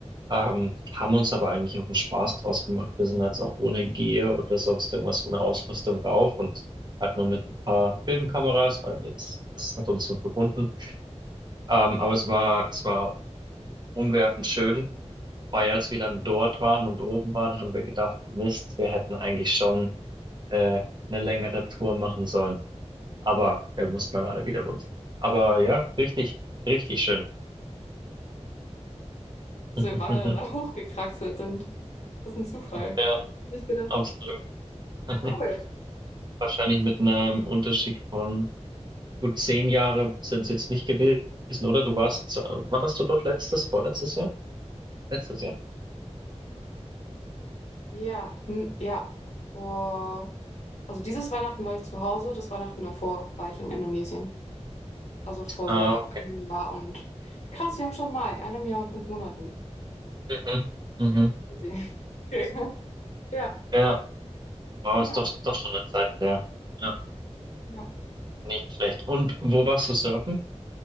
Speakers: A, on the right; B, on the left.
A: Ähm, haben uns aber eigentlich auch einen Spaß draus gemacht. Wir sind jetzt auch ohne Gear oder sonst irgendwas ohne Ausrüstung rauf und halt nur mit ein paar Filmkameras, weil wir das, das hat uns so verbunden. Ähm, aber es war, es war umwerfend schön. Wobei, als wir dann dort waren und oben waren, haben wir gedacht, Mist, wir hätten eigentlich schon äh, eine längere Tour machen sollen. Aber wir mussten dann alle wieder runter. Aber ja, richtig, richtig schön.
B: dass
A: <laughs>
B: wir beide da hochgekraxelt sind. Das ist ein Zufall.
A: Ja,
B: Nicht gedacht.
A: absolut. <laughs>
B: Ja, cool.
A: Wahrscheinlich mit einem Unterschied von Gut, zehn Jahre sind es jetzt nicht gewesen, oder? Du warst, äh, wann warst du dort letztes, vorletztes Jahr? Letztes Jahr.
B: Ja, n- ja. Vor, also dieses Weihnachten war ich zu Hause, das Weihnachten davor war ich in Indonesien. Also vor
A: Ah,
B: so
A: okay.
B: einem Jahr und krass, wir haben schon Mai, einem Jahr und fünf Monaten.
A: Mhm. Mhm.
B: Crazy. Okay. <laughs> Ja,
A: Ja, wow,
B: genau.
A: ist doch, doch schon eine Zeit her. Ja,
B: Ja.
A: nicht schlecht. Und wo warst du surfen?